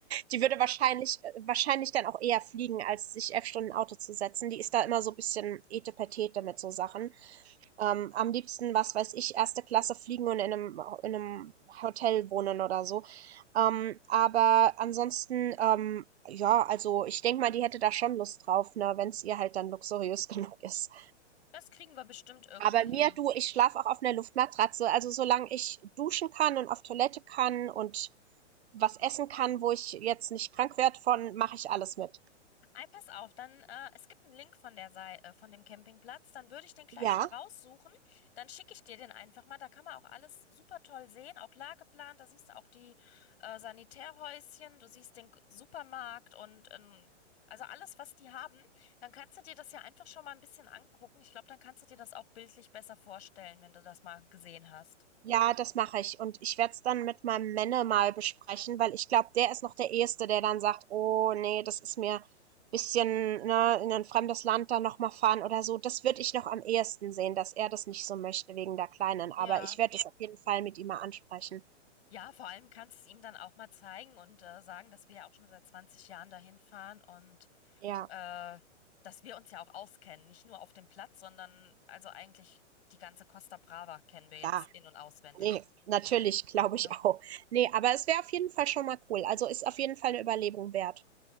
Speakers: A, on the right; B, on the left.
A: Die würde wahrscheinlich, äh, wahrscheinlich dann auch eher fliegen, als sich elf Stunden Auto zu setzen. Die ist da immer so ein bisschen etepetete mit so Sachen. Ähm, am liebsten, was weiß ich, erste Klasse fliegen und in einem, in einem Hotel wohnen oder so. Ähm, aber ansonsten, ähm, ja, also ich denke mal, die hätte da schon Lust drauf, ne, wenn es ihr halt dann luxuriös <laughs> genug ist.
B: Das kriegen wir bestimmt irgendwie
A: Aber
B: hin.
A: mir, du, ich schlafe auch auf einer Luftmatratze. Also solange ich duschen kann und auf Toilette kann und was essen kann, wo ich jetzt nicht krank werde von, mache ich alles mit.
B: Ei, pass auf, dann, äh, es gibt einen Link von der Sei äh, von dem Campingplatz, dann würde ich den gleich
A: Ja,
B: mal raussuchen, dann schicke ich dir den einfach mal, da kann man auch alles super toll sehen, auch Lageplan, da siehst du auch die äh, Sanitärhäuschen, du siehst den K- Supermarkt und ähm, also alles, was die haben, dann kannst du dir das ja einfach schon mal ein bisschen angucken. Ich glaube, dann kannst du dir das auch bildlich besser vorstellen, wenn du das mal gesehen hast.
A: ja, das mache ich. Und ich werde es dann mit meinem Männer mal besprechen, weil ich glaube, der ist noch der Erste, der dann sagt, oh nee, das ist mir ein bisschen, ne, in ein fremdes Land dann nochmal fahren oder so. Das würde ich noch am ehesten sehen, dass er das nicht so möchte wegen der Kleinen. Aber
B: Ja.
A: ich werde das auf jeden Fall mit ihm mal ansprechen.
B: Ja, vor allem kannst du es ihm dann auch mal zeigen und äh, sagen, dass wir ja auch schon seit 20 Jahren dahin fahren und
A: Ja,
B: äh, dass wir uns ja auch auskennen. Nicht nur auf dem Platz, sondern also eigentlich die ganze Costa Brava kennen wir jetzt
A: ja.
B: in- und auswendig.
A: Nee, natürlich, <laughs> glaube
B: ne?
A: ich auch. Nee, aber es wäre auf jeden Fall schon mal cool. Also ist auf jeden Fall eine Überlegung wert.